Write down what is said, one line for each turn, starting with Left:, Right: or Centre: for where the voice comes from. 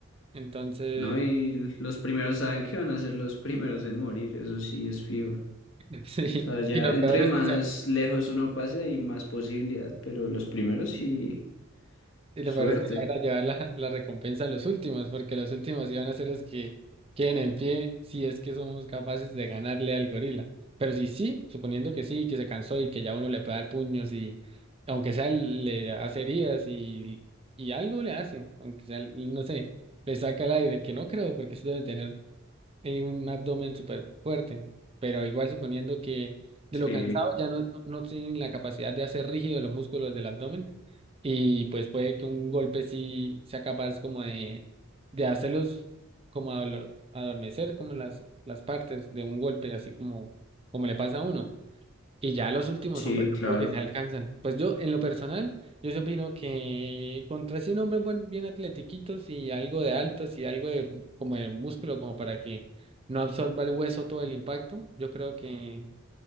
Right: Entonces...
Left: ¿No? Y los primeros saben que van a ser los primeros en morir, eso sí es fijo. O
Right: <laughs> Sí,
Left: sea, ya
Right: y lo
Left: entre
Right: peor es
Left: más
Right: que se,
Left: lejos uno pase hay más posibilidad, pero los primeros sí,
Right: y
Left: suerte.
Right: lo peor es que se van a llevar la, la recompensa a los últimos, porque los últimos iban a ser los que queden en pie si es que somos capaces de ganarle al gorila. Pero si sí, suponiendo que sí, que se cansó y que ya uno le puede dar puños y aunque sea le hace heridas y, y algo le hacen, aunque sea, no sé, le saca el aire, que no creo, porque eso debe tener eh, un abdomen súper fuerte, pero igual suponiendo que de
Left: Sí,
Right: lo cansado ya no, no, no tienen la capacidad de hacer rígidos los músculos del abdomen y pues puede que un golpe sí sea capaz como de, de hacerlos como adolo- adormecer como las, las partes de un golpe, así como, como le pasa a uno. Y ya los últimos
Left: sí,
Right: hombres creo
Left: claro.
Right: que se alcanzan. Pues yo, en lo personal, yo sí opino que contra 100 hombres buen- bien atletiquitos y algo de altos y algo de como de músculo, como para que no absorba el hueso todo el impacto, yo creo que,